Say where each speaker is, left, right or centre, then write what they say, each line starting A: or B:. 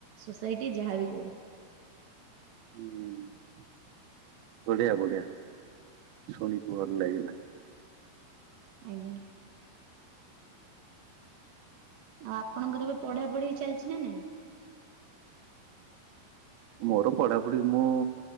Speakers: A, on the right; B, on the right.
A: ସୋସାଇଟି ଯାହାବି କୋହୁ।
B: ହୁଁ ବଢିଆ ବଢିଆ, ଶୁଣି ଭଲ ଲାଗିଲା।
A: ଆଞା। ଆଉ ଆପଣଙ୍କର ଏବେ ପଢା ପଢି ଚାଲିଛି, ନା ନାଇଁ?
B: ମୋର ପଢାପଢି, ମୁଁ